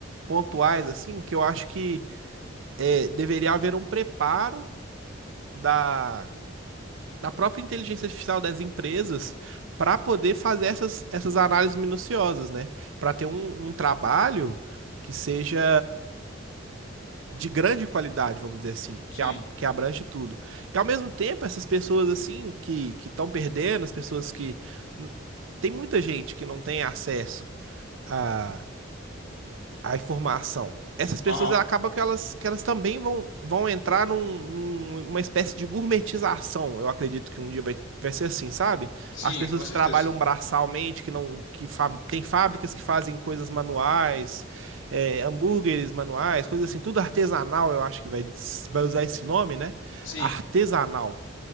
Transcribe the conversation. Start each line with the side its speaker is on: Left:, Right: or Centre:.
Right: pontuais, assim, que eu acho que é, deveria haver um preparo da, da própria inteligência artificial das empresas para poder fazer essas, essas análises minuciosas, né? Para ter um, um trabalho que seja de grande qualidade, vamos dizer assim,
Left: sim.
Right: que, ab- que abrange tudo. E ao mesmo tempo, essas pessoas assim que que estão perdendo, as pessoas que tem muita gente que não tem acesso a a informação. Essas pessoas
Left: Aham.
Right: ela acaba que elas, que elas também vão, vão entrar num- num- numa espécie de gourmetização. Eu acredito que um dia vai, vai ser assim, sabe?
Left: Sim,
Right: As pessoas
Left: com certeza.
Right: que trabalham braçalmente, que não, que fa- tem fábricas que fazem coisas manuais, é, hambúrgueres manuais, coisas assim, tudo artesanal, eu acho que vai, vai usar esse nome, né?
Left: Sim.
Right: Artesanal.